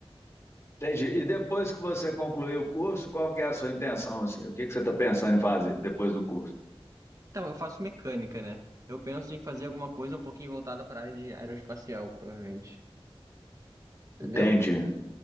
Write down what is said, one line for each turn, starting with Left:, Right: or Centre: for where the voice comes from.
Left: Entendi. E depois que você concluir o curso, qual que é a sua intenção, assim? O que que você está pensando em fazer depois do curso?
Right: Então, eu faço mecânica, né? Eu penso em fazer alguma coisa um pouquinho voltada para a área de aeroespacial, provavelmente. Entendeu?
Left: Entendi,